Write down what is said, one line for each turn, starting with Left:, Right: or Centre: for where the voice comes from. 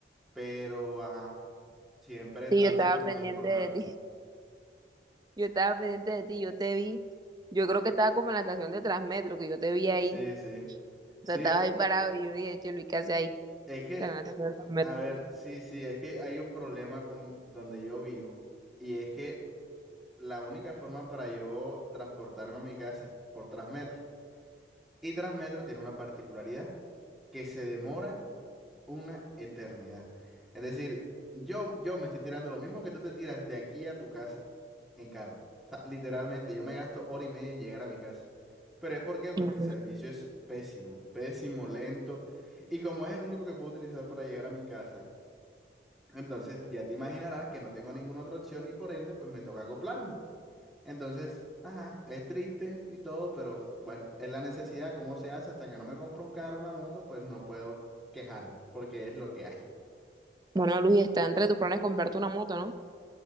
Centre: pero, ajá, siempre
Right: Sí,
Centre: trata
Right: yo estaba
Centre: como
Right: pendiente
Centre: de informar.
Right: de ti, <laughs> yo estaba pendiente de ti, yo te vi, yo creo que estaba como en la estación de Transmetro, que yo te vi ahí,
Centre: Sí,
Right: o
Centre: sí. Sí,
Right: sea, estabas
Centre: uh,
Right: ahí parado y yo dije, che, Luis, ¿qué hace ahí?
Centre: es que,
Right: Estaba en la estación de
Centre: a ver, sí, sí, es que hay un problema con donde yo vivo y es que la única forma para yo transportarme a mi casa es por Transmetro. Y Transmetro tiene una particularidad, que se demora una eternidad. Es decir, yo, yo me estoy tirando lo mismo que tú te tiras de aquí a tu casa en carro. O sea, literalmente, yo me gasto hora y media en llegar a mi casa. Pero es por qué, porque
Right: Transmetro.
Centre: el servicio es pésimo, pésimo, lento. Y como es el único que puedo utilizar para llegar a mi casa, entonces ya te imaginarás que no tengo ninguna otra opción y por ende, pues me toca acoplarme. Entonces, ajá, es triste y todo, pero bueno, es la necesidad, cómo se hace, hasta que no me compro un carro, una moto, pues no puedo quejarme, porque es lo que hay.
Right: Bueno, Luis, está entre tus planes comprarte una moto, ¿no?